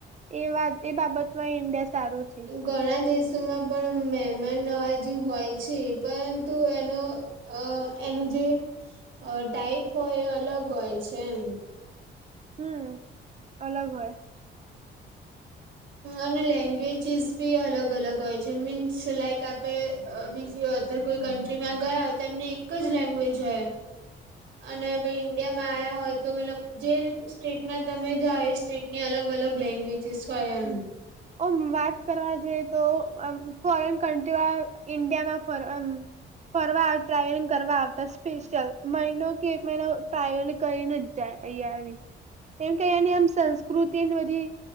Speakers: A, on the right; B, on the right.
A: એ વાત એ બાબતમાં ઈન્ડિયા સારું છે.
B: ઘણા દેશોમાં પણ મહેમાન નવાજી હોય છે પરંતુ એનો અ એનું જે અ ટાઈપ હોય એ અલગ હોય છે એમ.
A: હમ અલગ હોય.
B: અને લેંગ્વેજીસ બી અલગ અલગ હોય છે મીન્સ લાઈક આપે બીજી ટારુ કોઈક કન્ટ્રીમાં ગયા હો તો એમની એક જ લેંગ્વેજ હોય. અને ભઈ ઈન્ડિયામાં આયા હોય તો મતલબ જે રીત સ્ટેટમાં તમે જઓ સ્ટેટની અલગ અલગ લેંગ્વેજીસ હોય એમ
A: હમ ઓમ વાત કરવા જઈએ તો ફોરેન કન્ટ્રી વાળા ઇન્ડિયામાં પર અમ ફરવા ટ્રાવેલિંગ કરવા આવતા સ્પેશિયલ મહિનો કે એક મહિનો ટ્રાવેલિંગ કરીને જા અહીયા આવી કેમ કે એની આમ સંસ્કૃતિને બધી